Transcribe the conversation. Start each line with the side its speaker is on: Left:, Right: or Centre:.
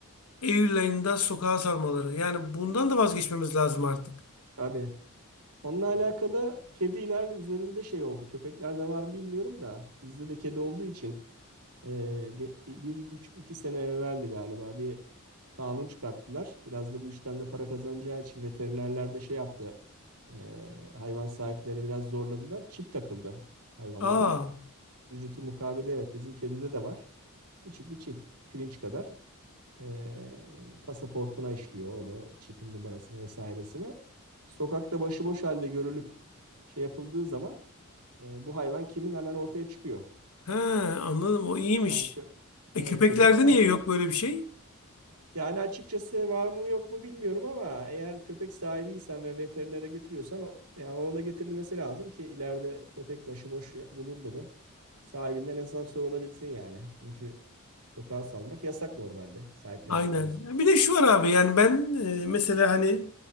Left: Eylül ayında sokağa salmaları. Yani bundan da vazgeçmemiz lazım artık.
Right: abi Onunla alakalı kediler üzerinde şey oldu. Köpeklerde var mı bilmiyorum da bizde de kedi olduğu için e, ge- bir buçuk iki sene evveldi galiba bir kanun çıkarttılar. Biraz da bu işten de para kazanacağı için veterinerler de şey yaptı. e, hayvan sahiplerini biraz zorladılar. Çip takıldı hayvanlara.
Left: Aa.
Right: Ücreti mukabili evet bizim kedide de var. Küçük bir çip pirinç kadar e, pasaportuna işliyor onu çipin numarasını vesairesini. Sokakta başıboş halde görülüp şey yapıldığı zaman e, bu hayvan kimin hemen ortaya çıkıyor.
Left: He, anladım o iyiymiş.
Right: Yani kö
Left: E,
Right: evet
Left: köpeklerde
Right: köpeklerde
Left: niye yok böyle bir şey?
Right: Yani açıkçası var mı yok mu bilmiyorum ama eğer köpek sahibiysen ve veterinere götürüyorsan o, yani ona da getirilmesi lazım ki ileride köpek başıboş ya- bulundu mu sahibinden hesap sorulabilsin yani. Çünkü sokağa salmak yasak normalde sahiplendikten
Left: Aynen.
Right: sonra.
Left: Bir de şu var abi yani ben e, mesela hani